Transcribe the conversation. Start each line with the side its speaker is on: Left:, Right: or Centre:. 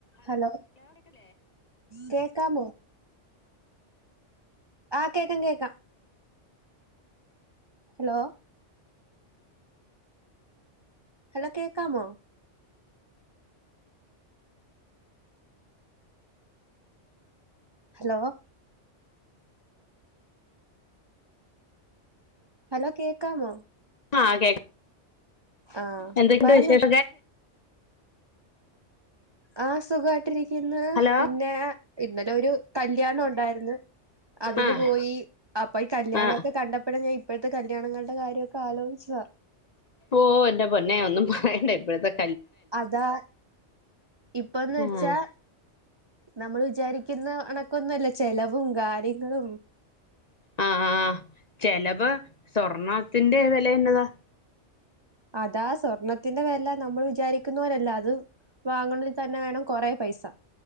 Right: Hello കേക്കാമോ? ആഹ് കേക്കൻ കേക്കാം. ഹലോ? ഹലോ കേക്കാമോ ഹലോ ഹലോ കേക്കാമോ?
Left: ആഹ് കേക്ക
Right: ആ
Left: എന്തൊക്കെയണ്ട്
Right: പറഞ്ഞോ
Left: വിശേഷ
Right: ആ സുഖയിട്ടിരിക്കുന്നു.
Left: ഹലോ
Right: പിന്നെ ഇന്നലെ ഒരു കല്ല്യാണം ഉണ്ടായിന്ന്. അതിന്
Left: ആഹ്
Right: പോയി അപ്പൊ ഈ കല്യാണൊക്കെ
Left: ആഹ്
Right: കണ്ടപ്പായ ഞാൻ ഇപ്പോഴത്തെ കല്യാണങ്ങളുടെ കാര്യമൊക്കെ ആലോചിച്ചതാ.
Left: ഓ എന്റെ പൊന്നെ ഒന്നും പറയണ്ട ഇപ്പോഴത്തെക്ക
Right: അതാ ഇപ്പൊന്ന്വെച്ചാ
Left: ആഹ്
Right: നമ്മൾ വിചാരിക്കുന്നഅണക്കൊന്നുമല്ല ചെലവും കാര്യങ്ങളും
Left: ആഹ് ആ ചെലവ് സ്വർണത്തിന്റെ വിലയന്നതാ.
Right: അതാ സ്വർണത്തിന്റെ വെ നമ്മള് വിചാരിക്കുന്നവരല്ല അത് വാങ്ങണൽ തന്നെ വേണം കൊറെ പൈസ.